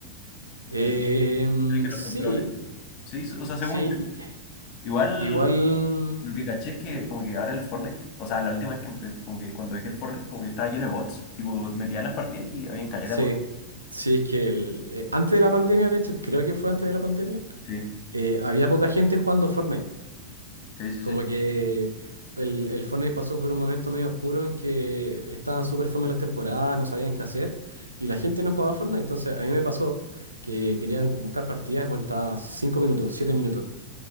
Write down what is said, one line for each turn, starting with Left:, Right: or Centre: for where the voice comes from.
Right: Em,
Left: Y elige los
Right: sí,
Left: controles. Sí, o sea, según
Right: sí.
Left: Igual
Right: i- i- Igual.
Left: lo que caché es que como que ahora el Fortnite, o sea, la última vez que empecé, como que cuando dije el Fortnite, como que estaba lleno de bots. Tipo, metía las partidas y había caleta
Right: Sí,
Left: de bots.
Right: sí, es que el, eh, antes de la pandemia, de hecho, creo que fue antes de la pandemia,
Left: Sí,
Right: eh, había poca gente jugando Fortnite.
Left: sí, sí,
Right: Como
Left: sí.
Right: que el, el Fortnite pasó por un momento medio oscuro en que estaban súper fome las temporadas, no sabían qué hacer y la gente no jugaba Fortnite. Entonces a mí me pasó que querían buscar partidas, bueno, estaba 5 minutos, 7 minutos